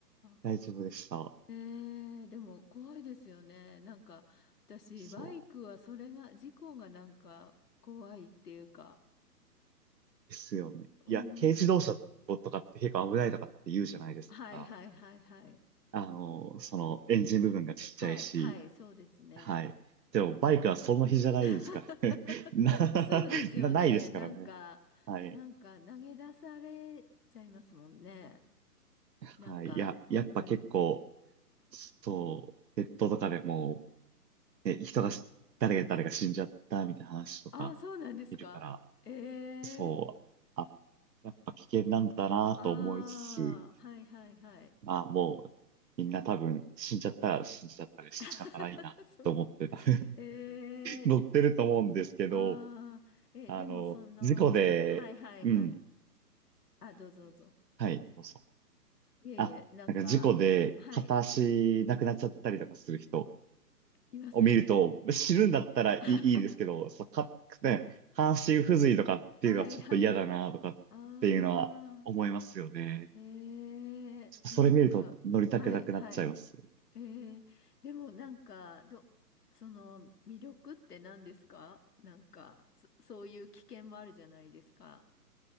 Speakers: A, on the right; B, on the left.
A: う、
B: あー。
A: 大丈夫でした。
B: えー、でも怖いですよね。なんか私バイクはそれが事故がなんか怖いっていうか。
A: そうですよね。
B: うん。
A: いや、軽自動車とかって結構危ないとかって言うじゃないですか。
B: はいはいはいはい。
A: あの、その、エンジン部分がちっちゃいし、
B: はいはいそうですね。
A: はい。でも、バイクはその日じゃないですからね。
B: <laughs>
A: <laughs> な、
B: そうですよね。
A: な、ないですからね。
B: なんかなんか投げ出されちゃいますもんね。
A: はい。はい。
B: なんか本当に。
A: いや、やっぱ結構、そう、ネットとかでも、ね、人がし、誰が誰が死んじゃったみたいな話とか
B: ああそうなんですか。
A: いるから、
B: ええー。
A: そう、あ、やっぱ危険なんだなと思いつつ、
B: ああはいはいはい。
A: まあもう、みんな多分死んじゃったら死んじゃったで仕方ないなと思ってた。
B: <laughs> そう
A: <laughs>
B: えー、
A: 乗ってると思うんですけど、
B: あーえ、
A: あの、
B: でもその、
A: 事故で、
B: はいはいはい。
A: うん、
B: あ、どうぞどうぞ。
A: はい、そうそう。
B: いえいえ、
A: あ、
B: なんか、
A: なんか事故で片足なくなっちゃったりとかする人、
B: はい、います
A: を見ると、知るんだったらいい、
B: <laughs>
A: いいですけど、そう、か、ね、半身不随とかっていうのはちょっと嫌だなとかっていうのは思いますよね。
B: はいはい。ああ、えー、
A: ちょっとそれ見ると乗りたくなくなっちゃいますよ。
B: なんか、はいはい。えー、でもなんか、ど、その魅力って何ですかなんか、そ、そういう危険もあるじゃないですか。